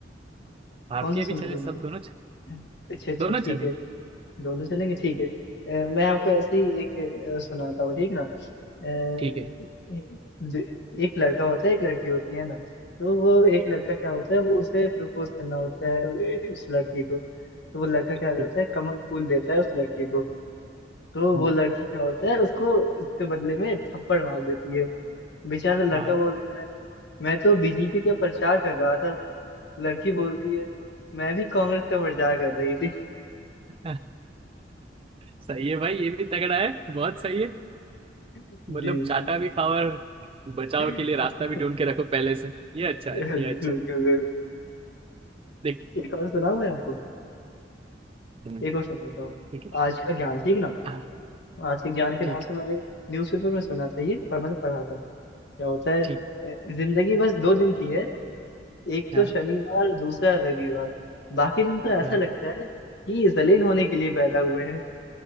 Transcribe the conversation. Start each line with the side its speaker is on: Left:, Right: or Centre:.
Right: भारतीय
Left: कौन सा सुनना
Right: भी चले
Left: पसंद
Right: सब
Left: करते
Right: दोनों
Left: हैं अच्छा अच्छा
Right: दोनों चलेंगे
Left: ठीक है दोनों चलेंगे ठीक है अ, मैं आपको ऐसे ही एक अ, सुनाता हूँ ठीक ना दे-
Right: ठीक है
Left: एक लड़का होता है एक लड़की होती है ना तो वो एक लड़का क्या होता है वो उसे प्रपोज करना होता है उ- उस लड़की को तो वो लड़का क्या
Right: ठीक
Left: करता
Right: है।
Left: है कमल फूल देता है उस लड़की को तो
Right: हम्म,
Left: वो लड़की क्या होता है उसको उसके बदले में थप्पड़ मार देती है बेचारा लड़का
Right: हाँ
Left: बोलता है मैं तो बीजेपी का प्रचार कर रहा था लड़की बोलती है मैं भी कांग्रेस का प्रचार कर रही थी
Right: <laughs> सही है भाई ये भी तगड़ा है बहुत सही है
Left: <laughs>
Right: मतलब
Left: जी
Right: चाटा भी खाओ और बचाव
Left: <laughs>
Right: के लिए रास्ता भी ढूंढ के रखो पहले से ये अच्छा है
Left: बिल्कुल
Right: ये अच्छा है
Left: बिल्कुल
Right: देख
Left: एक और सुनाऊं मैं आपको
Right: तुम्हें
Left: एक और सुनाता हूँ
Right: ठीक है
Left: आज का ज्ञान ठीक ना
Right: हाँ
Left: आज के ज्ञान के
Right: ठीक
Left: नाम से मैंने न्यूज़पेपर में सुना था ये पर मैंने पढ़ा था क्या होता है
Right: ठीक
Left: ए- जिंदगी बस दो दिन की है एक
Right: हाँ
Left: तो शनिवार दूसरा रविवार बाकी दिन तो ऐसा
Right: हाँ
Left: लगता है कि जलील होने के लिए पैदा हुए हैं